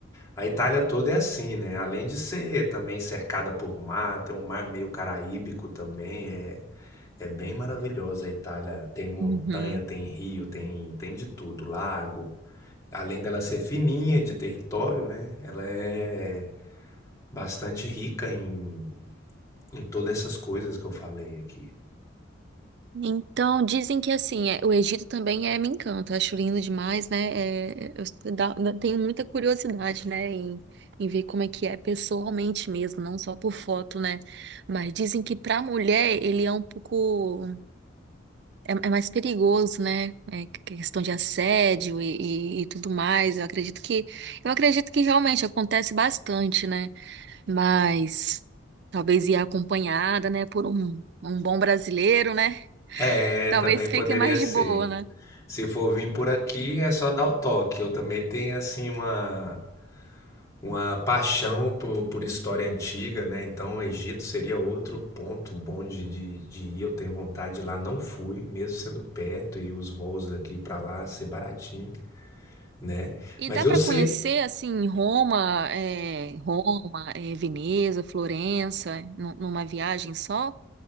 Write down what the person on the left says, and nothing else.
A Itália toda é assim, né? Além de ser também cercada por mar, tem um mar meio caraíbico também, é, é bem maravilhosa a Itália. Tem montanha,
tem rio, tem, tem de tudo, lago. Além dela ser fininha de território, né? Ela é bastante rica em em todas essas coisas que eu falei aqui.
É,
também poderia
ser.
Se for vir por aqui, é só dar o toque. Eu também tenho, assim, uma, uma paixão por, por história antiga, né? Então, o Egito seria outro ponto bom de, de, de ir. Eu tenho vontade de ir lá, não fui, mesmo sendo perto e os voos daqui para lá ser baratinho, né?
Mas
eu
sei